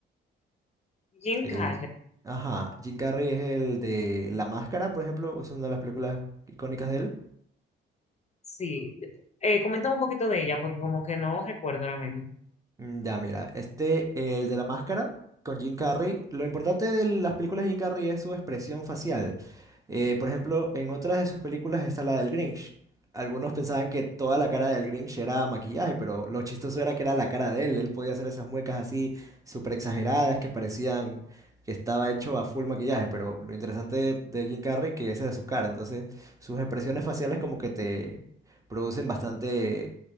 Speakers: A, on the left; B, on the right.
A: Jim
B: El,
A: Carrey.
B: ajá, Jim Carrey es el de La Máscara, por ejemplo, es una de las películas icónicas de él.
A: Sí. Eh, coméntame un poquito de ella porque como que no recuerdo ahora mismo.
B: Mm, Ya, mira, este, el de la máscara con Jim Carrey, lo importante de las películas de Jim Carrey es su expresión facial. Eh, por ejemplo, en otras de sus películas está la del Grinch. Algunos pensaban que toda la cara del Grinch era maquillaje, pero lo chistoso era que era la cara de él. Él podía hacer esas muecas así súper exageradas que parecían que estaba hecho a full maquillaje, pero lo interesante de, de Jim Carrey que esa era su cara. Entonces, sus expresiones faciales como que te producen bastante